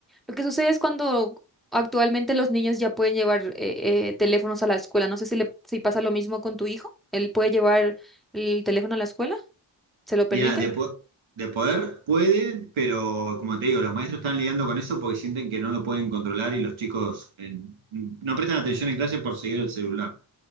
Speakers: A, in the centre; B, on the right (about 80°).
A: Lo que sucede es cuando actualmente los niños ya pueden llevar eh, eh, teléfonos a la escuela. No sé si, le, si pasa lo mismo con tu hijo, él puede llevar el teléfono a la escuela, ¿se lo permiten?
B: Mirá, de, po- de poder puede, pero como te digo, los maestros están lidiando con eso porque sienten que no lo pueden controlar y los chicos en- no prestan atención en clase por seguir el celular.